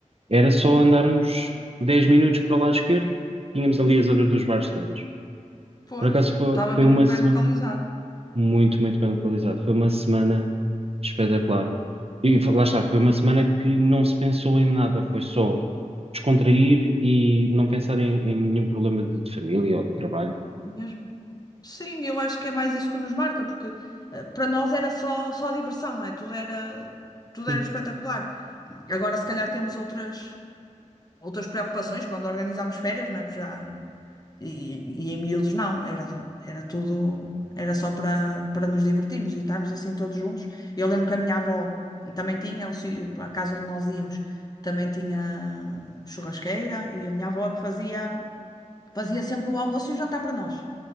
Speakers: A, on the right; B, on the left.
A: era só andarmos 10 minutos para o lado esquerdo, tínhamos ali a zona dos bares todas.
B: Pois,
A: Por acaso foi,
B: estava
A: foi
B: mesmo
A: uma
B: bem
A: semana
B: localizado.
A: muito, muito bem localizado. Foi uma semana espetacular. E fo- lá está, foi uma semana que não se pensou em nada, foi só descontrair e não pensar em, em nenhum problema de, de família ou de trabalho.
B: Mesmo. Sim, eu acho que é mais isso que nos marca, porque eh, para nós era só, só diversão, não é? Tudo era, tudo
A: Sim.
B: era espetacular. Agora, se calhar, temos outras, outras preocupações quando organizámos férias, não é? Porque Já, e, e em miúdos, não. Era, era tudo, era só para, para nos divertirmos e estarmos assim todos juntos. Eu lembro que a minha avó também tinha, o si- a casa onde nós íamos, também tinha churrasqueira e a minha avó é que fazia, fazia sempre o almoço e o jantar para nós.